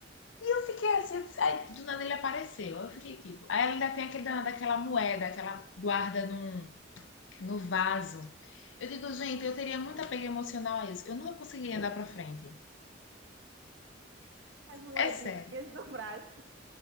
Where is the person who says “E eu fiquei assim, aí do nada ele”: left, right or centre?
Left